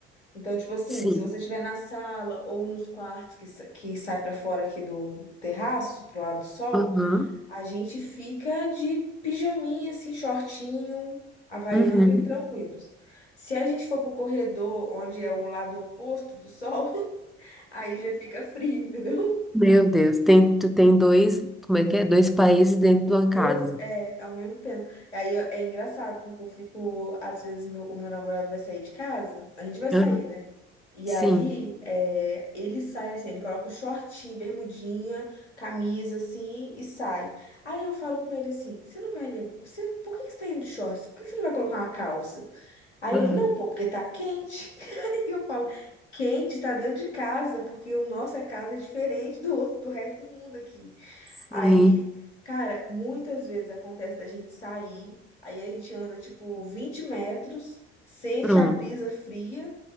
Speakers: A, on the left; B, in the centre.
A: Então, tipo assim,
B: Sim.
A: se você estiver na sala ou nos quartos que, sa- que sai pra fora aqui do terraço, pro lado do sol,
B: Aham,
A: a gente fica de pijaminha, assim, shortinho, havaiana
B: uhum.
A: e tranquilos. Se a gente for pro corredor, onde é o lado oposto do sol, <laughs> aí já fica frio, entendeu?
B: Meu Deus, tem, tu tem dois, como é que é? Dois países dentro de uma casa.
A: Dois, é, ao mesmo tempo. Aí eu- é engraçado, porque eu fico, às vezes, meu- o meu namorado vai sair de casa, a gente vai sair,
B: Aham,
A: né? E
B: Sim.
A: aí é, ele sai assim, ele coloca o shortinho, bermudinha, camisa assim e sai. Aí eu falo com ele assim: você não vai levar. Você, por que que você tá indo de shorts? Por que que você não vai colocar uma calça? Aí
B: Aham,
A: ele, não, pô, porque tá quente. <laughs> e eu falo, quente, tá dentro de casa, porque o nossa casa é diferente do outro, do resto do mundo aqui.
B: Sim.
A: Aí, cara, muitas vezes acontece da gente sair, aí a gente anda tipo 20 metros, sente
B: Pronto.
A: a brisa fria,